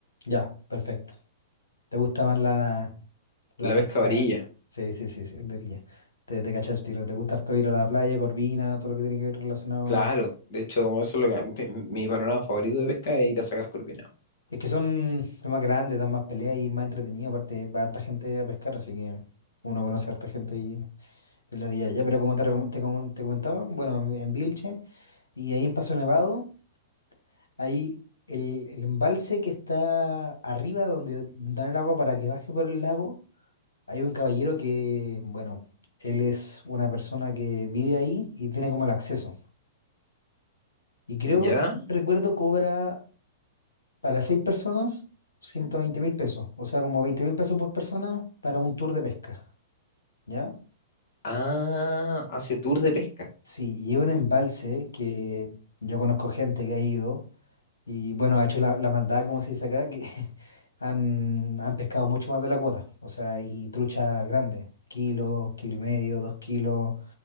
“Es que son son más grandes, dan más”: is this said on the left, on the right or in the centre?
Left